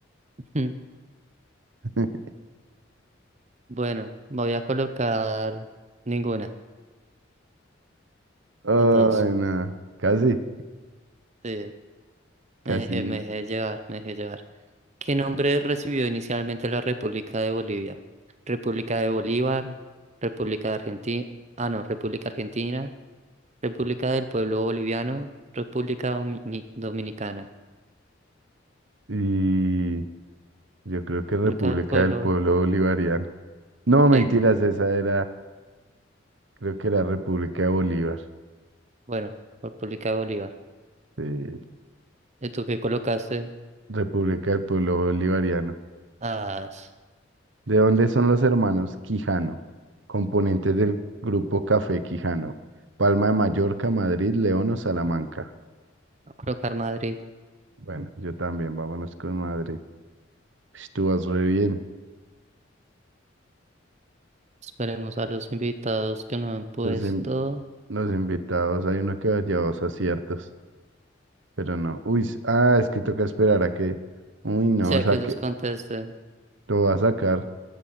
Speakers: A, on the right; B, on the right.
A: <laughs> Mm,
B: <laughs>
A: Bueno, voy a colocar ninguna,
B: Ay,
A: dos.
B: no, casi,
A: Sí,
B: casi
A: me dejé,
B: ninguna.
A: me dejé llevar, me dejé llevar. ¿Qué nombre recibió inicialmente la República de Bolivia? República de Bolívar, República de Argentina, ah no, República Argentina, República del Pueblo Boliviano, República Domini- Dominicana,
B: Y yo creo que República
A: República del Pueblo,
B: del Pueblo Bolivariano. No, mentiras,
A: sí,
B: esa era, creo que era República de Bolívar.
A: bueno, República de Bolívar.
B: Sí,
A: ¿Y tú qué colocaste?
B: República del Pueblo Bolivariano.
A: Ah, s-
B: ¿De dónde son los hermanos Quijano, componentes del grupo Café Quijano? Palma de Mallorca, Madrid, León o Salamanca.
A: a colocar Madrid.
B: Bueno, yo también, vámonos con Madrid. Pues Tú vas re bien.
A: Esperemos a los invitados que no han puesto,
B: Los, in- los invitados, hay uno que lleva dos aciertos, pero no. Uy, s- ah, es que toca esperar a que. Uy, no,
A: sea
B: o sea
A: que ellos
B: que
A: contesten.
B: lo va a sacar.